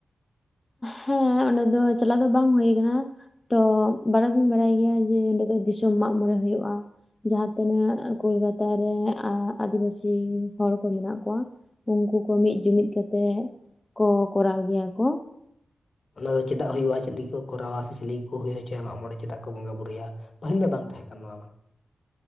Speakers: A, on the left; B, on the left.
A: ᱦᱮᱸ ᱚᱸᱰᱮ ᱫᱚ ᱪᱟᱞᱟᱣ ᱫᱚ ᱵᱟᱝ ᱦᱩᱭ ᱟᱠᱟᱱᱟ, ᱛᱚ ᱵᱟᱲᱟᱭ ᱫᱩᱧ ᱵᱟᱲᱟᱭ ᱜᱮᱭᱟ ᱡᱮ ᱚᱸᱰᱮ ᱫᱚ ᱫᱤᱥᱚᱢ ᱢᱟᱜᱽ-ᱢᱚᱬᱮ ᱦᱩᱭᱩᱜᱼᱟ᱾ ᱡᱟᱦᱟᱸ ᱛᱤᱱᱟᱹᱜ ᱠᱳᱞᱠᱟᱛᱟᱨᱮ ᱟ ᱟᱹᱫᱤᱵᱟᱹᱥᱤ ᱦᱚᱲ ᱠᱚ ᱢᱮᱱᱟᱜ ᱠᱚᱣᱟ, ᱩᱱᱠᱩ ᱠᱚ ᱢᱤᱫ ᱡᱩᱢᱤᱫ ᱠᱟᱛᱮᱜ ᱠᱚ ᱠᱚᱨᱟᱣ ᱜᱮᱭᱟ ᱠᱚ᱾
B: ᱚᱱᱟ ᱫᱚ ᱪᱮᱫᱟᱜ ᱦᱩᱭᱩᱜᱼᱟ ᱪᱮᱫ ᱞᱟᱹᱜᱤᱫ ᱠᱚ ᱠᱚᱨᱟᱣᱟ ᱥᱮ ᱪᱮᱫ ᱞᱟᱹᱜᱤᱫ ᱠᱚ ᱦᱩᱭ ᱦᱚᱪᱚᱭᱟ ᱢᱟᱜᱚᱬᱮ ᱪᱮᱫᱟᱜ ᱠᱚ ᱵᱚᱸᱜᱟ ᱵᱩᱨᱩᱭᱟ? ᱯᱟᱹᱦᱤᱞ ᱫᱚ ᱵᱟᱝ ᱛᱟᱦᱮᱸ ᱠᱟᱱᱟ ᱱᱚᱣᱟ ᱢᱟ,